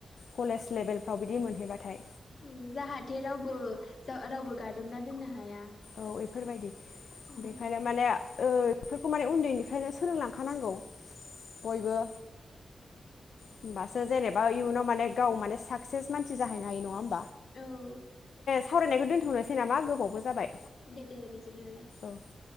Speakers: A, on the left; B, on the left.
A: कलेज लेभेल फ्रव बिदि मोन हैबाथाय।
B: उम जाहाथे रावबो जा रावबो गा दबना दोननो हाया।
A: औ एफोरबायदि
B: औ
A: बेखायनो माने ओ इफोरखौ माने उन्दैनिफ्रायनो सोलोंलांखानांगौ बयबो। होमबासो जेनेबा इयुनाव माने गाव माने साकसेस मानसि जाहैनो हायो नङा?
B: ओम
A: सावरायखौ दोनथ'नोसै नामा गोबावबो जाबाय।
B: दे दे बिदिब्लालाय उम।
A: औ